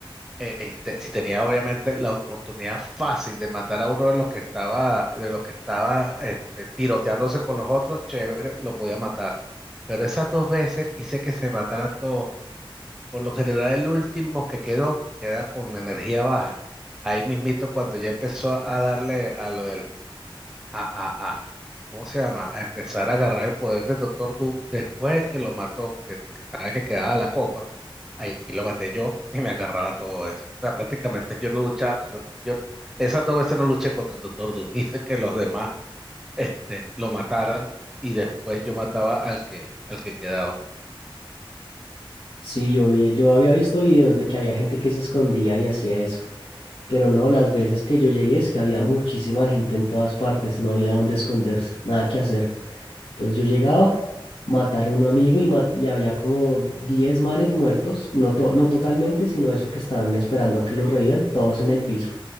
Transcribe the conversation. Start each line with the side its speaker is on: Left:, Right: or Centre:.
Centre: Este, si tenía obviamente la oportunidad fácil de matar a uno de los que estaba, de los que estaba este, tiroteándose con los otros, chévere, lo podía matar. Pero esas dos veces hice que se mataran todos. Por lo general, el último que quedó, queda con energía baja. Ahí mismito, cuando ya empezó a darle a lo del a, a, a, ¿cómo se llama? A empezar a agarrar el poder del Doctor Doom después de que lo mató, que, que sabe que quedaba la copa, ahí lo maté yo y me agarraba todo eso. O sea, prácticamente yo no luchaba con, yo esas dos veces no luché contra el Doctor Doom, <laughs> hice que los demás este, lo mataran y después yo mataba al que, al que quedaba.
Left: Sí, yo vi, yo había visto videos de que había gente que se escondía y hacía eso. Pero no, las veces que yo llegué es que había muchísima gente en todas partes, no había dónde esconderse, nada que hacer. Entonces yo llegaba, matar a un amigo y, ma- y había como 10 manes muertos, no, to- no totalmente, sino eso que estaban esperando a que los revivan, todos en el piso.